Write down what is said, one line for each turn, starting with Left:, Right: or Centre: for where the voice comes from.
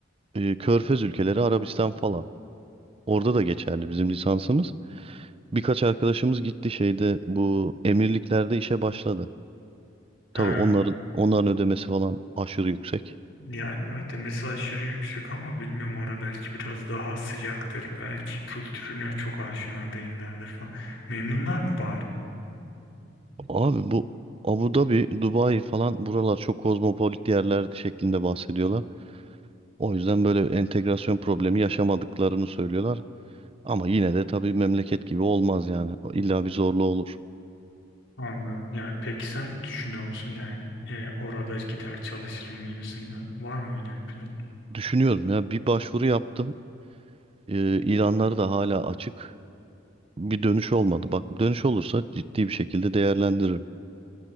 Right: e, Körfez ülkeleri Arabistan falan. Orada da geçerli bizim lisansımız. Birkaç arkadaşımız gitti şeyde bu emirliklerde işe başladı.
Left: Ha,
Right: Tabii onların onların ödemesi falan aşırı yüksek.
Left: yani ödemesi aşırı yüksek ama bilmiyorum orada belki biraz daha sıcaktır. Belki kültürüne çok aşina değillerdir falan. Memnunlar mı bari?
Right: Abi bu Abu Dhabi, Dubai falan buralar çok kozmopolit yerler şeklinde bahsediyorlar. O yüzden böyle entegrasyon problemi yaşamadıklarını söylüyorlar. Ama yine de tabii memleket gibi olmaz yani. İlla bir zorluğu olur.
Left: Anladım. Yani peki sen düşünüyor musun yani e, orada gider çalışırım gibisinden var mı öyle bir plan?
Right: Düşünüyorum ya bir başvuru yaptım. Ee, ilanları da hala açık. Bir dönüş olmadı. Bak dönüş olursa ciddi bir şekilde değerlendiririm.